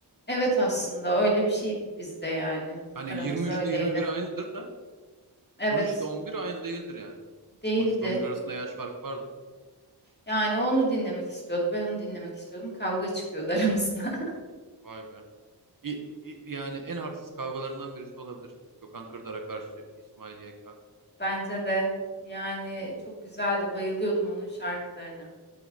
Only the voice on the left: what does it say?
Evet aslında öyle bir şeydik biz de yani.
Aramız
öyleydi.
Evet
değildi.
Yani o onu dinlemek istiyordu. Ben onu dinlemek istiyordum. Kavga çıkıyordu aramızda. <laughs>
Bence de yani çok güzeldi. Bayılıyordum onun şarkılarına.